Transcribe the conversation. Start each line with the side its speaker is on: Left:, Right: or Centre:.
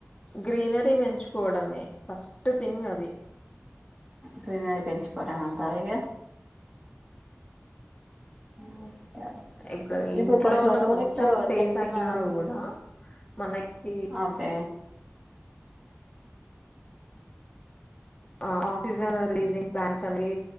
Left: గ్రీనరీ బెంచుకోవడమే, ఫస్ట్ థింగ్ అది.
Right: గ్రీనరీ పెంచుకోవడం అంటార్ ఇగ. <unintelligible>
Left: ఇప్పుడ్ ఇంట్లో
Right: ఇప్పుడు కొన్ని చోట్ల
Left: ఉన్న కొంచెం
Right: కూడా ఇప్పుడు
Left: స్పేస్
Right: చెట్లు కూడా
Left: అయినా
Right: తీసేస్
Left: గుడా, మనక్కి,
Right: ఓకే
Left: ఆ ఆక్సిజన్ రిలీజింగ్ ప్లాంట్స్ అనీ,